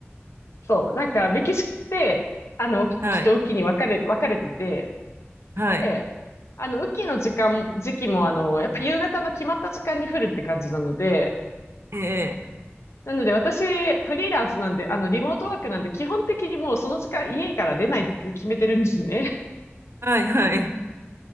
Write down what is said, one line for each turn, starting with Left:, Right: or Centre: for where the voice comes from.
Left: そう。なんか、メキシコって、あの、雨季と雨季に分かれ、
Right: はい。
Left: 分かれてて、
Right: はい。
Left: で、あの、雨季の時間、時期も、あの、やっぱ夕方の決まった時間に降るって感じなので、
Right: ええ。
Left: なので私、フリーランスなんで、あの、リモートワークなんで、基本的にもうその時間家から出ないって決めてるんですね。
Right: はい、はい。